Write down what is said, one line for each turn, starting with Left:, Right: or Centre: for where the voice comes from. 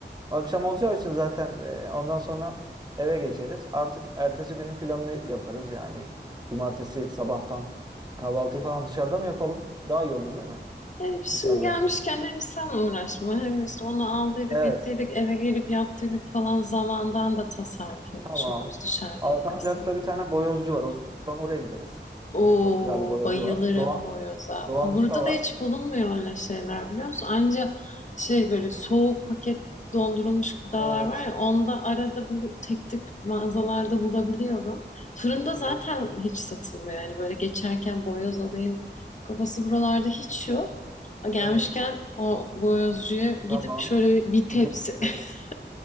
Right: akşam olacağı için zaten e, ondan sonra eve geçeriz. Artık ertesi günün planını yaparız yani. Cumartesi sabahtan kahvaltıyı falan dışarıda mı yapalım? Daha iyi olur değil mi?
Left: Yani şimdi
Right: Dışarıda
Left: gelmişken
Right: yapsak.
Left: hem sen uğraşma hem işte onu aldıydık
Right: Evet.
Left: ettiydik eve gelip yaptıydık falan zamandan da tasarruf etmiş
Right: Tamam.
Left: oluruz dışarıda
Right: Alsancak'ta
Left: yersek.
Right: bir tane boyozcu var. O zaman oraya gideriz.
Left: Oo,
Right: Ee, çok güzel bir boyozcu
Left: bayılırım
Right: var. Doğan,
Left: boyoza. Ama
Right: Doğan Usta
Left: Burada
Right: var.
Left: da hiç bulunmuyor öyle şeyler biliyor musun? Anca şey böyle soğuk paket dondurulmuş gıdalar
Right: Evet.
Left: var ya onda arada böyle tek tek mağazalarda bulabiliyorum. Fırında
Right: Evet.
Left: zaten hiç satılmıyor yani böyle geçerken boyoz alayım kafası buralarda hiç yok. Gelmişken
Right: Evet.
Left: o boyozcuya gidip
Right: Tamam.
Left: şöyle bir bir
Right: Gidelim
Left: tepsi.
Right: gidelim.
Left: <laughs>